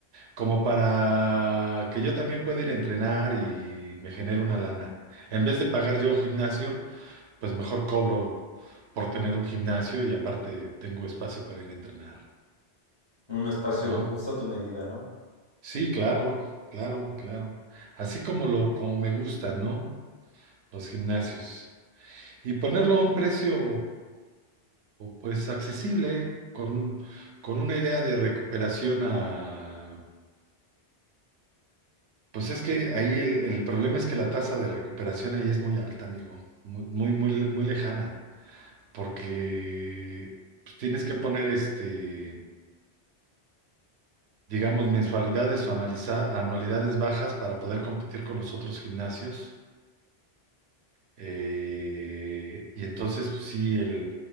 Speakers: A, on the right; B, on the left.
A: como para que yo también pueda ir a entrenar y me genere una lana. En vez de pagar yo gimnasio, pues mejor cobro por tener un gimnasio y aparte tengo espacio para ir a entrenar,
B: Un espacio
A: ¿no?
B: justo a tu medida, ¿no?
A: Sí, claro, claro, claro. Así como lo, como me gustan, ¿no? Los gimnasios. Y ponerlo a un precio, pues, accesible, con un, con una idea de recuperación a... Pues es que ahí el, el problema es que la tasa de recuperación ahí es muy alta, amigo. Muy, muy, muy, le- muy lejana. Porque pues, tienes que poner este, digamos, mensualidades o analiza- anualidades bajas para poder competir con los otros gimnasios Eh, y entonces, pues sí, el,